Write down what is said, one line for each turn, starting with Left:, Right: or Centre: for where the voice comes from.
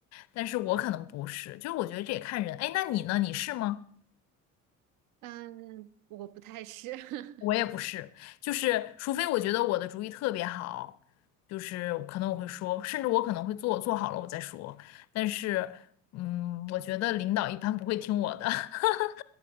Left: 但是我可能不是，就是我觉得这也看人。哎，那你呢？你是吗？
Right: 嗯，我不太是，<laughs>
Left: 我也不是，就是除非我觉得我的主意特别好，就是可能我会说，甚至我可能会做，做好了我再说。但是，嗯，我觉得领导一般不会听我的。<laughs>